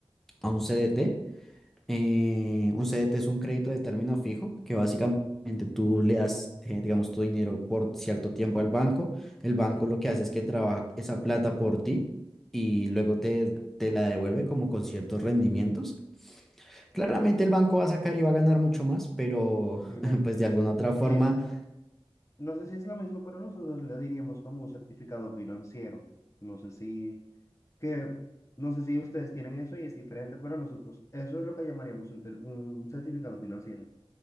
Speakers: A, in the centre; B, on the left (about 30°).
A: a un CDT. Eh, un CDT es un crédito de término fijo que básicamente tú le das, eh, digamos, tu dinero por cierto tiempo al banco. El banco lo que hace es que trabaja esa plata por ti y luego te, te la devuelve como con ciertos rendimientos. Claramente el banco va a sacar y va a ganar mucho más, pero
B: Sí,
A: <laughs>
B: claro.
A: pues de alguna otra forma
B: Eh, bueno, no sé si es lo mismo, pero nosotros le diríamos como un certificado financiero. No sé si, que, no sé si ustedes tienen eso y es diferente, pero nosotros, eso es lo que llamaríamos un, tel- un certificado financiero.